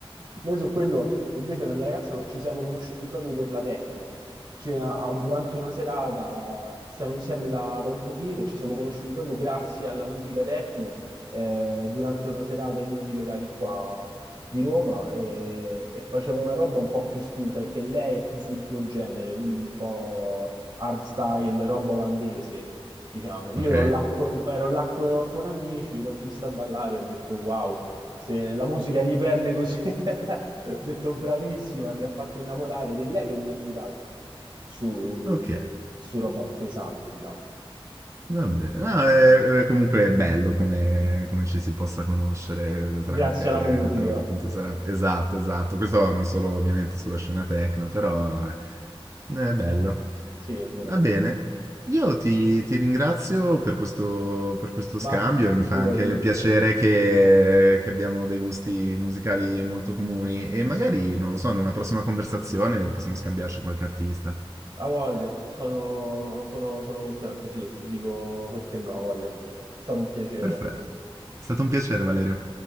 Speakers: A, on the right; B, on the right.
A: su quello, invece, la mia ragazza lo- ci siamo conosciuti proprio per la techno. Cioè, a- durante una serata stiamo insieme da, da un pochino e ci siamo conosciuti proprio grazie alla musica techno eh, durante una serata in uno dei locali qua di Roma e, e facevano una roba un po' più spinta perché lei è più sul tuo genere, quindi un po' hardstyle, roba olandese. Diciamo, io
B: Ok?
A: ero là, co- ero là co- con amici, l'ho vista ballare, ho detto wow, se la musica gli prende così, <laughs> ho detto bravissima, mi ha fatto innamorare ed è lei che mi ha tirato su,
B: Ok.
A: su roba pesante, diciamo.
B: Vabbè, no, è, è comunque è bello come, come ci si possa conoscere tramite,
A: Grazie alla musica,
B: tramite appunto serate. Esatto, esatto. Questo non solo ovviamente sulla scena techno, però è, è bello.
A: sì, veramente.
B: Va bene. Io ti, ti ringrazio per questo, per questo scambio
A: Ma figurati,
B: e mi fa anche piacere che, che abbiamo dei gusti musicali molto comuni e magari,
A: sì,
B: non lo so, in una prossima conversazione possiamo scambiarci qualche artista.
A: ha voglia, sono, sono, sono contento, sì, dico perché no, ha voglia. È stato un piacere.
B: Perfetto. È stato un piacere, Valerio.